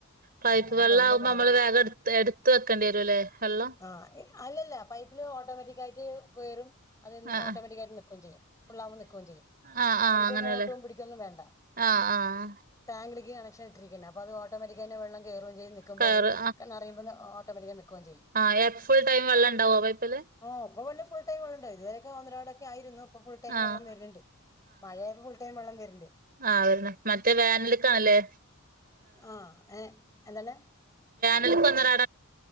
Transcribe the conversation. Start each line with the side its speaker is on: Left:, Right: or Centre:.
Right: പൈപ്പ്
Left: അങ്ങനെ
Right: വെള്ളം
Left: പോണ്ട്
Right: ആവുമ്പോ
Left: കാര്യം
Right: നമ്മള് വേഗം എടുത്ത് എടുത്ത് വെക്കണ്ടിവരും ല്ലേ വെള്ളം
Left: ആ അല്ലല്ല പൈപ്പില് ഓട്ടോമാറ്റിക്കായിട്ട് വേറും അതെന്നും
Right: ആഹ്
Left: ഓട്ടോമാറ്റിക്കായിട്ട്
Right: ആഹ്
Left: ന്നിക്കും ചെയ്യും ഫുള്ളാവുമ്പ ന്നിക്കും ചെയ്യും
Right: ആഹ് ആഹ്
Left: നമുക്കൊന്ന്
Right: അങ്ങനെല്ലേ
Left: ഓട്ടോമ് പിടിക്കൊന്നും വേണ്ട
Right: ആഹ് ആഹ്
Left: ട്ടാങ്കിലിക്ക് കണക്ഷൻ ഇട്ടിരിക്കുന്നെ അപ്പം അത് ഓട്ടോ മാറ്റിക്കയ്ന്റെ വെള്ളം കേറും ചെയ്യും നിക്കുമ്പത്
Right: കയറ്
Left: ക നറയുമ്പത് ഓട്ടോമാറ്റിക്കായി നിക്കും ചെയ്യും
Right: ആ എർ ഫുൾ ടൈം വെള്ളംണ്ടാവോ പൈപ്പില്
Left: ഓ ഓല് ഫുൾ ടൈ വെള്ളണ്ടയ് ഇതുവരെക്കെ ഒന്നരാടൊക്കെ ആയിരുന്നു ഇപ്പഫുൾ ടൈം
Right: ആഹ്
Left: വെള്ളം വെര്ന്ണ്ട് മഴയായപ്പോ ഫുൾ ടൈം വെള്ളം വെര്ണ്ട്
Right: ആ വര്ന്ന് മറ്റേ വേനൽക്കാലെ
Left: ആഹ ഏ എന്താലേ
Right: നൽക്കൊന്നരാ